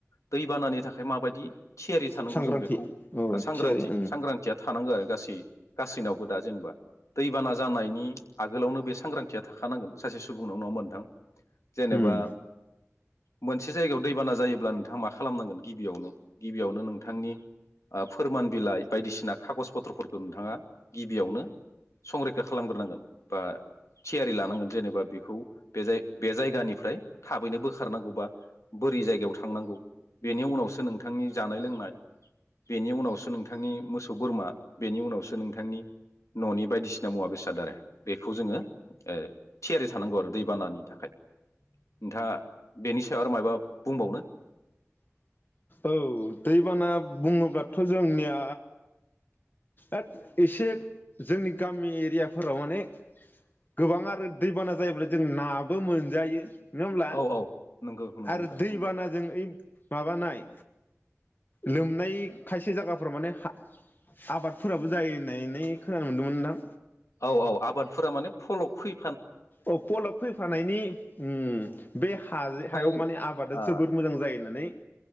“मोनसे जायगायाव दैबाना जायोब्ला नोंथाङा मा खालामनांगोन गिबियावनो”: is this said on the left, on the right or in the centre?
Left